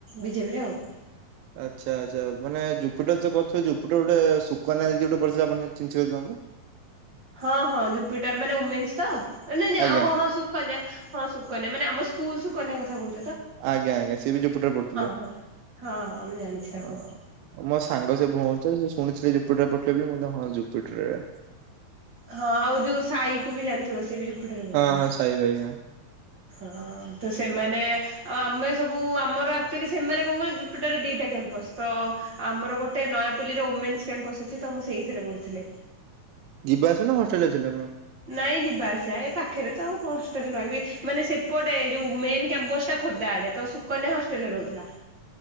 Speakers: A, on the right (about 40°); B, on the right (about 85°).
A: ବିଜେପିରେ ଆଉ।
B: ଆଚ୍ଛା ଆଚ୍ଛା ମାନେ ଜୁପିଟର୍ ତ କରୁଥିବେ, ଜୁପିଟର୍ ଗୋଟେ ସୁୁକନ୍ୟା ଦିଦି ଗୋଟେ ପଢ଼ୁଥିଲେ ଆପଣ ଜା ଚିହ୍ନିଥିଲେ ତାଙ୍କୁ?
A: ହଁ-ହଁ ଜୁପିଟର୍ ମାନେ ଓମେନ୍ସ ତ? ନାଇଁ ନାଇଁ
B: ଆଜ୍ଞା
A: ହୋ ହଁ-ହଁ ସୁକନ୍ୟା ହଁ ସୁକନ୍ୟା ମ୍ୟା ମାନେ ଆମ ସ୍କୁଲ୍ ସୁକନ୍ୟା କଥା କହୁ
B: ଆଜ୍ଞା-ଆଜ୍ଞା ସିଏ ବି ଜୁପିଟରରେ ପଢୁଥିଲେ।
A: ହଁ। ହଁ ହଁ ମୁଁ ଜାଣିଛି ତାକୁ
B: ଅଁ-ଅ ମୋ ସାଙ୍ଗ, ସେ ଭଉଣୀ ତ ସେ ଶୁଣି ସେ ଜୁପିଟରରେ ପଢୁଥିଲେ ବୋଲି, ମୁଁ କହିଲି ହଁ ଜୁପିଟରରେ।
A: ହଁ, ଆଉ ଯୋଉ ସାଇକୁ ବି ଜାଣିଥିବ, ସେ ବି ଜୁପିଟରରେ ପଢୁଥିଲା।
B: ହଁ ହଁ ସାଇ ଭାଇ ହଁ
A: ହଁଅ-ଅ ତ ସେମାନେ ଆଉ ଆମେ ସବୁ ଆମର ଆକ୍ଚୁଆଲି ସେମାନେ କଣ କହିଲ ଜୁପିଟରରେ ଦିଟା କ୍ୟାମ୍ପସ୍ ତ ଆମର ଗୋଟେ ନୟାପଲ୍ଲୀରେ ଓମେନ୍ସ କ୍ୟାମ୍ପସ ଅଛି, ତ ମୁଁ ସେଇଥିରେ ପଢୁଥିଲି।
B: ଯିବା ଆସିବା ନା ହଷ୍ଟେଲରେ ଥିଲେ ଆପଣ?
A: ନାଇଁ ଯିବା ଆସିବା, ଏଇ ପାଖରେ ତ ଆଉ ହଷ୍ଟେଲରେ ରହିବି, ମାନେ ସେପଟେ ଯୋଉ ମେନ୍ କ୍ୟାମ୍ପସଟା ଖୋର୍ଦ୍ଧା ଆଡେ ତ ସୁକନ୍ୟା ହଷ୍ଟେଲରେ ରହୁଥିଲା।